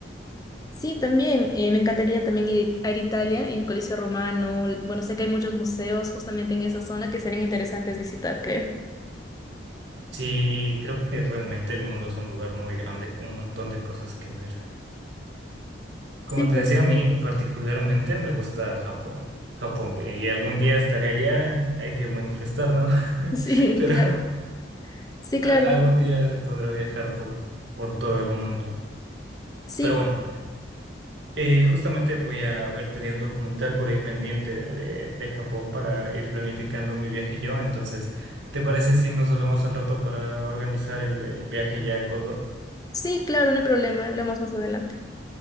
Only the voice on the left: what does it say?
Sí, también, eh, me encantaría también ir a Italia y el Coliseo Romano. Bueno, sé que hay muchos museos justamente en esa zona que serían interesantes visitar, creo.
Sí,
por
supuesto.
<laughs>
Sí,
claro. Sí, claro.
Sí,
sí, claro, no hay problema. Hablamos más adelante.